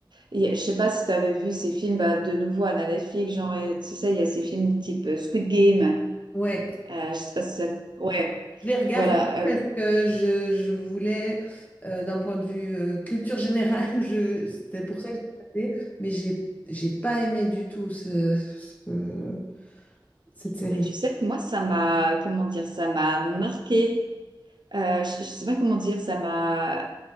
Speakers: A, on the right; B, on the left.
A: il y a- je sais pas si tu avais vu ces films bah, de nouveau à la Netflix genre euh, tu sais il y a ces films type euh, Squid Game,
B: Ouais.
A: euh, je sais pas si ça ouais
B: Je l'ai regardé
A: voilà
B: parce
A: euh,
B: que je, je voulais, euh, d'un point de vue euh, culture générale, <laughs> je, c'était pour ça que j'ai regardé, mais j'ai, j'ai pas aimé du tout ce- ce- cette série.
A: mais Tu sais, que moi, ça m'a, comment dire, ça m'a marqué. Euh, je, je sais pas comment dire, ça m'a,